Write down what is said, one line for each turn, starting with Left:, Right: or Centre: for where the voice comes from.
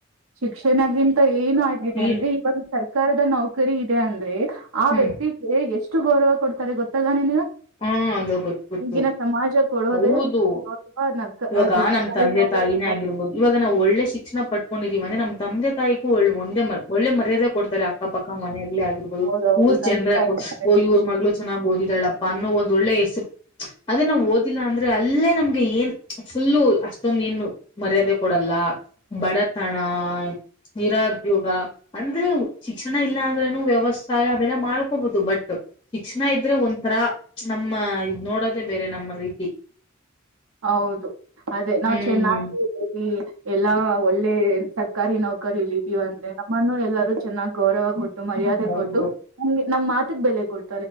Right: ಶಿಕ್ಷಣಗಿಂತ ಏನು ಆಗಿದೆ
Left: ಈ
Right: ಅಂದ್ರೆ ಇವಾಗ ಸರ್ಕಾರದ ನೌಕರಿ ಸಕರಿ ಇದೆ ಅಂದ್ರೆ ಆ
Left: ಹ್ಮ್
Right: ವ್ಯಕ್ತಿಗೆ ಎಷ್ಟು ಎಷ್ಟು ಗೌರವ ಕೊಡ್ತಾರೆ ಗೊತ್ತಲ್ಲ ನಿನ್ಗ
Left: ಹಾ ಅದ ಗೊತ್ತ ಗೊತ್ತು
Right: ಈಗಿನ ಸಮಾಜ ಕೊಡೋದೇ
Left: ಹೌದು
Right: ಗೌರವ ನರ್ಕ
Left: ಇವಾಗ
Right: ಅದು ಸರ್ಕಾರಿ
Left: ನಮ್ ತಂದೆ
Right: ನೌಕರಿ
Left: ತಾಯಿನೇ
Right: ಇದೆ
Left: ಆಗಿರ್ಬೋದು ಇವಾಗ ನಾವು ಒಳ್ಳೆ ಶಿಕ್ಷಣ ಪಟ್ಟ ಹೊಂಡಿದ್ದೀವಿ ಅಂದ್ರ ನ ತಂದೆ ತಾಯಿ ಒಳ್ಳ ಒಂದೆ ಒಳ್ಳೆ ಮರ್ಯಾದೆ ಕೊಡ್ತಾರೆ ಅಕ್ಕಪಕ್ಕ ಮನಾಗೇ ಆಗಿರ್ಬಹದು
Right: ಹೌದೌದು
Left: ಊರ್
Right: ತಂದೆ
Left: ಜನರ
Right: ತಾಯಿ
Left: ಓ
Right: ಖುಷಿ
Left: ಇವ್ರ ಮಗಳು ಚೆನ್ನಾಗಿ ಓದಿದಾಳಪ್ಪ ಅನ್ನೋ ಒ ಒಳ್ಳೆ ಹೆಸರು ಅದೇ ನಾವ್ ಓದಿಲ್ಲ ಅಂದ್ರೆ ಅಲ್ಲೇ ನಮ್ಗೆ ಏನ್ ಫುಲ್ಲು ಅಷ್ಟೊಂದು ಏನು ಮರ್ಯಾದೆ ಕೊಡಲ್ಲ ಬಡತನ ನಿರುದ್ಯೋಗ ಅಂದ್ರೆ ಶಿಕ್ಷಣ ಇಲ್ಲ ಅಂದ್ರನು ವ್ಯವಸಾಯ ಅವೆಲ್ಲ ಮಾಡ್ಕೋಬಹುದು ಬಟ್ ಶಿಕ್ಷಣ ಇದ್ರೆ ಒಂಥರ ನಮ್ಮ ಇದ ನೋಡದೇ ಬೇರೆ ನಮ್ಮ ರೀತಿ
Right: ಹೌದು ಅದೇ ನಾವವು
Left: ಹ್ಮ್
Right: ಚೆನ್ನಾಗಿ ಎಲ್ಲಾ ಒಳ್ಳೆ ಸರ್ಕಾರಿ ನೌಕರಿ ಕರೀಲಿದೀವಿ ಅಂತೆ ನಮ್ಮನ್ನು ಎಲ್ಲರೂ ಚೆನ್ನಾಗಿ ಗೌರವ ಕೊಟ್ಟ ಮರ್ಯಾದೆ
Left: ಹೌದು
Right: ಕೊಟ್ಟು ನಮ್ಗೆ ನಮ್ಮ್ ಮಾತ ಬೆಲೆ ಕೊಡ್